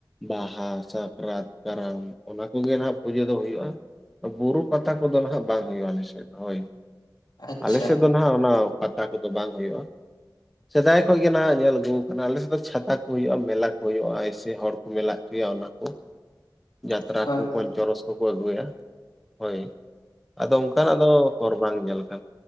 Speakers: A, in the centre; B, on the left (about 70°).
A: ᱵᱟᱦᱟ, ᱥᱟᱠᱨᱟᱛ, ᱠᱟᱨᱟᱢ ᱚᱱᱟ ᱠᱚᱜᱮ ᱱᱟᱦᱟᱜ ᱯᱩᱡᱟᱹ ᱫᱚ ᱦᱩᱭᱩᱜᱼᱟ᱾ ᱵᱩᱨᱩ ᱯᱟᱛᱟ ᱠᱚᱫᱚ ᱱᱟᱦᱟᱜ ᱵᱟᱝ ᱦᱩᱭᱩᱜᱼᱟ ᱟᱞᱮ ᱥᱮᱫ ᱫᱚ ᱦᱳᱭ,
B: ᱟᱪᱪᱷᱟ
A: ᱟᱞᱮ ᱥᱮᱫ ᱫᱚ ᱱᱟᱦᱟᱜ ᱚᱱᱟ ᱯᱟᱛᱟ ᱠᱚᱫᱚ ᱵᱟᱝ ᱦᱩᱭᱩᱜᱼᱟ᱾ ᱥᱮᱫᱟᱭ ᱠᱷᱚᱡ ᱜᱮ ᱱᱟᱦᱟᱜ ᱧᱮᱞ ᱟᱹᱜᱩ ᱠᱟᱱᱟ ᱟᱞᱮ ᱥᱮᱫ ᱫᱚ ᱪᱷᱟᱛᱟ ᱠᱚ ᱦᱩᱭᱩᱜᱼᱟ ᱢᱮᱞᱟ ᱠᱚ ᱦᱩᱭᱩᱜᱼᱟ ᱮᱭᱥᱮ ᱦᱚᱲ ᱢᱮᱞᱟᱜ ᱪᱚᱭᱟ ᱚᱱᱟ ᱠᱚ᱾
B: <inaudible>
A: ᱡᱟᱛᱨᱟ
B: ᱦᱳᱭ
A: ᱠᱚ ᱯᱚᱧᱪᱚᱨᱚᱥ ᱠᱚᱠᱚ ᱟᱹᱜᱩᱭᱟ ᱦᱳᱭ, ᱟᱫᱚ ᱚᱱᱠᱟᱱᱟᱜ ᱫᱚ ᱦᱚᱨ ᱵᱟᱝ ᱧᱮᱞᱟᱠᱟᱱᱟ᱾